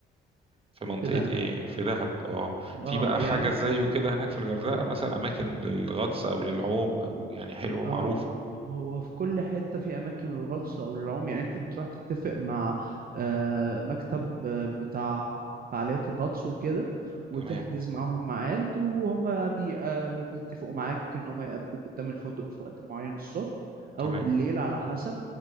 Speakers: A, on the right; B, on the right.
A: في منطقة
B: في دهب
A: إيه في دهب أه
B: اه
A: في بقى حاجة
B: يعني ممكن
A: زيه كده هناك في الغردقة مثلا أماكن للغطس أو للعوم أو يعني حلوة
B: أو
A: معروفة
B: هو في كل حتة في أماكن للغطس أو للعوم يعني أنت بتروح تتفق مع آه، مكتب آه، بتاع فعاليات الغطس وكده وتحجز
A: تمام
B: معاهم ميعاد وهما بي آه، بيتفقوا معاك إن هما يقابلوك قدام الفندق في وقت معين الصبح
A: تمام
B: أو بالليل على حسب